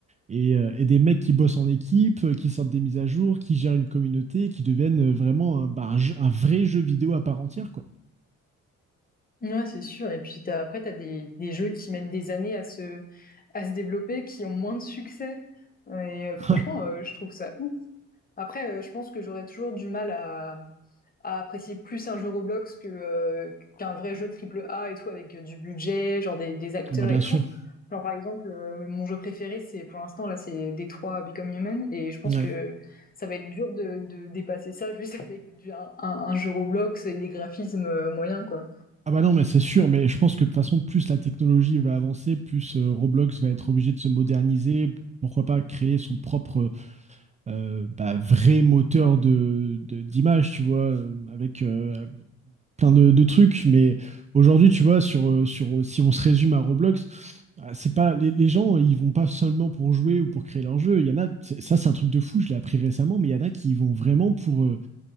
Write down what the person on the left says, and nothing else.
Ouais, c'est sûr. Et puis t'as, après, t'as des, des jeux qui mettent des années à se, à se développer, qui ont moins de succès. Et euh,
franchement,
euh, je trouve ça ouf. Après, euh, je pense que j'aurais toujours du mal à, à apprécier plus un jeu Roblox que euh, qu'un vrai jeu triple A et tout avec euh, du budget, genre des, des acteurs
et
tout. Genre par exemple, euh, mon jeu préféré, c'est pour l'instant là, c'est Détroit Become Human, et je pense
que ça va être dur de, de dépasser ça <laughs> juste avec du, un, un, un jeu Roblox et des graphismes euh, moyens quoi.